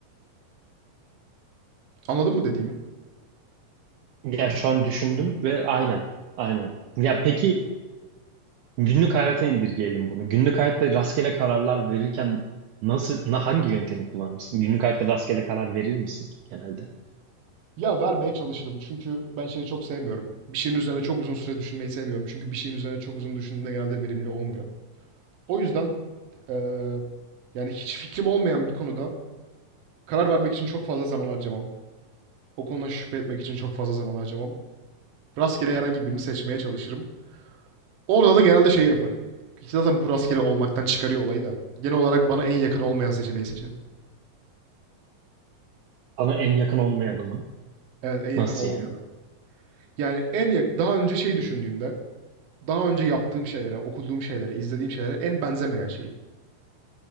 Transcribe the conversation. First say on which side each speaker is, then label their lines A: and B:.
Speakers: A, on the right; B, on the right.
A: Anladın mı dediğimi?
B: Ya şu an düşündüm ve aynen, aynen. Ya peki günlük hayata indirgeyelim bunu. Günlük hayatta rastgele kararlar verirken nasıl, na, hangi yöntemi kullanırsın? Günlük hayatta rastgele karar verir misin genelde?
A: Ya vermeye çalışırım çünkü ben şeyi çok sevmiyorum. Bir şeyin üzerine çok uzun süre düşünmeyi sevmiyorum. Çünkü bir şeyin üzerine çok uzun düşündüğünde genelde verimli olmuyor. O yüzden eee, yani hiç fikrim olmayan bir konuda karar vermek için çok fazla zaman harcamam. O konuda şüphe etmek için çok fazla zaman harcamam. Rastgele herhangi birini seçmeye çalışırım. Orada da genelde şey yaparım. İşte Zaten bu rastgele olmaktan çıkarıyor olayı da. Genel olarak bana en yakın olmayan seçeneği seçerim.
B: Sana en yakın olmayanı mı?
A: Evet, en yakın
B: Nasıl
A: olmayanı.
B: yani?
A: Yani en yak daha önce şey düşündüğümde daha önce yaptığım şeylere, okuduğum şeylere, izlediğim şeylere en benzemeyen şeyi.